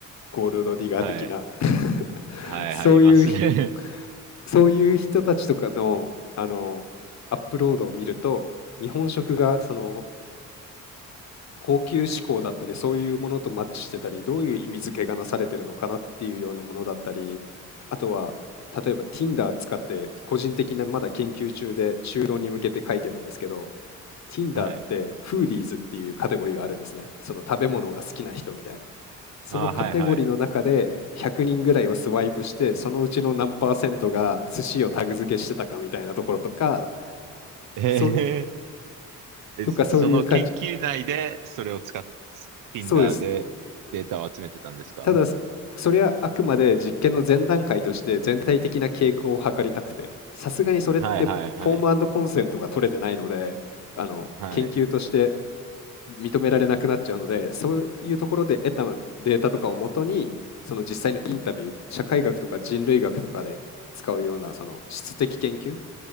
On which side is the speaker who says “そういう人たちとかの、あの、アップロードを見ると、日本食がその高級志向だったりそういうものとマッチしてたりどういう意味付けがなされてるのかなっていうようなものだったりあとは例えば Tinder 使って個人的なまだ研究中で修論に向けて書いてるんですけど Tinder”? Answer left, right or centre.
Left